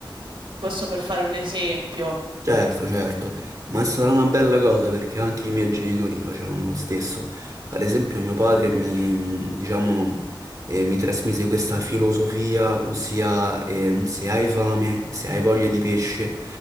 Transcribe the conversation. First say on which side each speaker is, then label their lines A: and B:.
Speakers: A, on the right; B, on the right.
A: questo per fare un esempio.
B: Certo, certo, ma è stata una bella cosa perché anche i miei genitori facevano lo stesso. Ad esempio, mio padre mi, diciamo, eh, mi trasmise questa filosofia, ossia, ehm, se hai fame, se hai voglia di pesce,